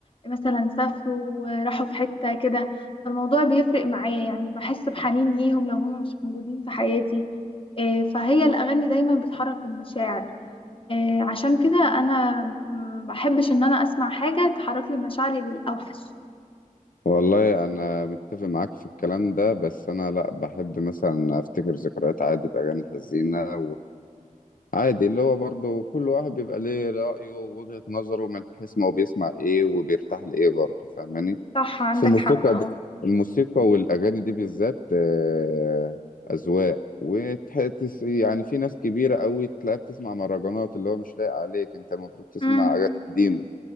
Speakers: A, on the left; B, on the left.
A: مثلا سافروا راحوا في حته كده فالموضوع بيفرق معايا يعني بحس بحنين ليهم لو هم مش موجودين في حياتي آه، فهي الأغاني دايما بتحرك المشاعر آه، عشان كده أنا م، بحبش إن أنا أسمع حاجة تحرك لي مشاعري للأوحش
B: والله انا متفق معاك في الكلام ده بس انا لا بحب مثلا افتكر ذكريات عادي باغاني حزينه وعادي اللي هو برضو كل واحد بيبقى ليه رايه ووجهه نظره من حيث ما هو بيسمع ايه وبيرتاح لايه برضو فاهماني
A: صح عندك
B: في الموسيقى
A: حق اه
B: دي الموسيقى والاغاني دي بالذات آه، اذواق وتحس يعني في ناس كبيره قوي تلاقيها بتسمع مهرجانات اللي هو مش لايق عليك انت المفروض تسمع
A: امم
B: اغاني قديمه